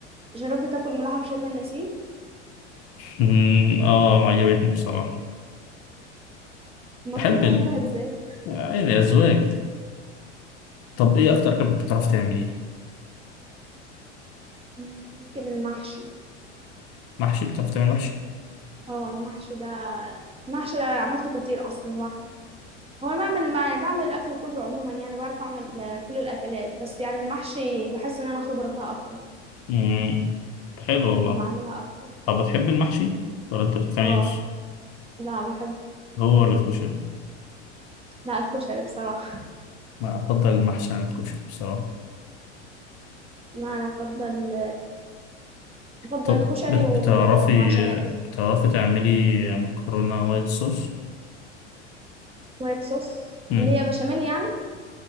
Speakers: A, on the right; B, on the left.
A: جربت تاكل ملوحة في شم النسيم
B: مم، آه عجبتني بصراحة
A: ما
B: بحب
A: تطيب ريحتها
B: ال
A: ازاي
B: عادي أذواق طب إيه أكتر أكل بتعرف تعمليه؟
A: ممكن المحشي
B: محشي بتعرف تعمل محشي؟
A: اه المحشي ده المحشي ده عملته كتير اصلا لوحده هو انا بعمل مع- يعني بعمل الاكل كله عموما يعني بعرف اعمل آه، كل الاكلات بس يعني المحشي بحس ان انا خبره فيها اكتر
B: امم حلو والله
A: او بعملها اكتر
B: طب بتحب المحشي ولا انت بتعمل
A: اه
B: ايه بس
A: لا بحب
B: هو ولا الكشري
A: لا الكشري بصراحه
B: انا افضل المحشي عن الكشري بصراحه
A: لا انا افضل افضل
B: طب
A: الكشري
B: بت-
A: وال-
B: بتعرفي
A: والمعجنات
B: بتعرفي تعملي مكرونه وايت صوص
A: وايت صوص
B: امم
A: اللي هي بشاميل يعني